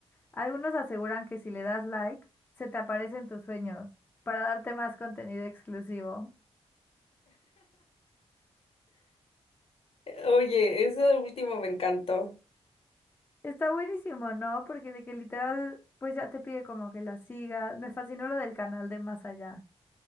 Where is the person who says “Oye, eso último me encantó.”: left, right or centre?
Left